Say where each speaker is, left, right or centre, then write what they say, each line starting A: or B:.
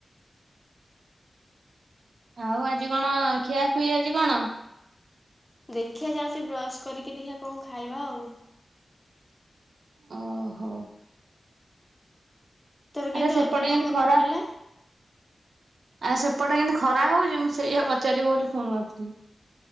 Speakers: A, on the right; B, on the left.
A: ଆଉ ଆଜି କଣ ଖିଆଖୁଇ ଆଜି କଣ?
B: ଦେଖିିବା ଯାଉଛି ବ୍ରଶ କରିକି ଦେଖିବା କଣ ଖାଇବା ଆଉ
A: ଓହୋ
B: ତୋର କେମିତି
A: ଆରେ ସେପଟେ
B: ଅଦିନିଆ
A: ଏଇନେ
B: ମନେ
A: ଖରା
B: ପଇଲା?
A: ଆ ସେ ସେପଟେ କେମିତି ଖରା ହଉଛି ମୁଁ ସେଇଆା ପଚାରିବି ବୋଲି ଫୋନ କରିଥିଲି।